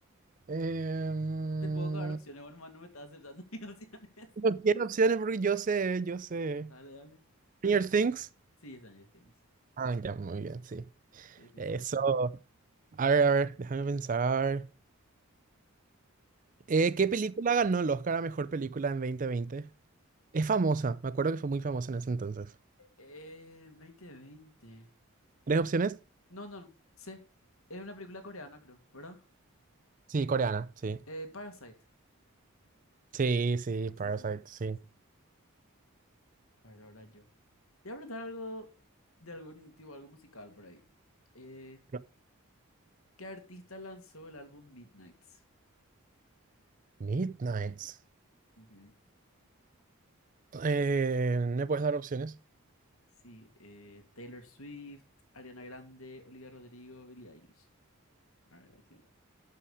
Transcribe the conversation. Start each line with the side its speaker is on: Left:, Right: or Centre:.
Right: Em,
Left: Te puedo dar opciones, bueno, hermano, no me estás aceptando <laughs> mis opciones.
Right: no quiero opciones porque yo sé, yo sé.
Left: Dale, dale.
Right: Stranger Things.
Left: Sí, Stranger Things.
Right: Ah, ya, muy bien, sí.
Left: Sí, sí,
Right: Eso.
Left: sí.
Right: A ver, a ver, déjame pensar. Eh,
Left: A ver.
Right: ¿qué película ganó el Oscar a mejor película en dos mil veinte? Es famosa, me acuerdo que fue muy famosa en ese entonces.
Left: Eh, 2020.
Right: ¿Tres opciones?
Left: No, no, no. Sí. Es una película coreana, creo, ¿verdad?
Right: Sí, coreana, sí.
Left: Eh, Parasite.
Right: Sí, sí, Parasite,
Left: Sí, sí, sí,
Right: sí.
Left: sí, sí. A ver, ahora yo. Te voy a preguntar algo de algún tipo, algo musical por ahí. Eh,
Right: No.
Left: ¿Qué artista lanzó el álbum Midnights?
Right: Midnights.
Left: Ujú.
Right: Eh, ¿me puedes dar opciones?
Left: Sí, eh, Taylor Swift, Ariana Grande, Olivia Rodrigo, Billie Eilish. A ver, aquí va.